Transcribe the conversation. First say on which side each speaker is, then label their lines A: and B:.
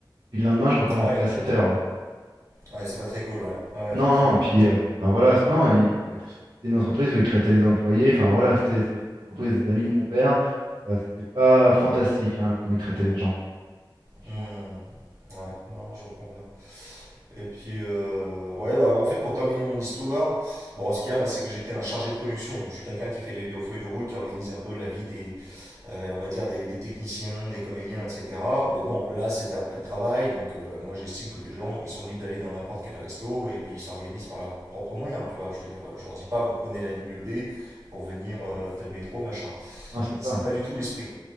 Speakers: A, on the right (about 65°); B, on the right (about 40°).
A: Puis le lendemain, je recommençais
B: Ah ouais,
A: à 7h.
B: ouais, c'est pas très cool, ouais. Ouais,
A: Ah
B: effectivement.
A: non, non, puis euh, enfin, voilà, c'est- non, il- c'était une entreprise où ils traitaient les employés, enfin voilà, c'était c'est une entreprise des amis de mon père, euh, c'était pas fantastique hein, comme ils traitaient les gens, franchement.
B: Hmm. Ouais, non, j'en conviens. Et puis, euh, ouais, bah, en fait, pour terminer mon histoire, bon, ce qu'il y a, moi, c'est que j'étais un chargé de production. Donc, je suis quelqu'un qui fait les feuilles de route, qui organise un peu la vie des, euh, on va dire, des, des techniciens, des comédiens, etc. Mais bon, là, c'était après le travail. Donc, euh, moi, j'estime que les gens, ils sont libres d'aller dans n'importe quel resto et puis ils s'organisent par leurs propres moyens, tu vois. Je veux dire, euh, je leur dis pas, vous prenez la ligne B pour venir euh, tel métro, machin.
A: Non, c'est
B: C'est
A: ça,
B: pas du tout l'esprit.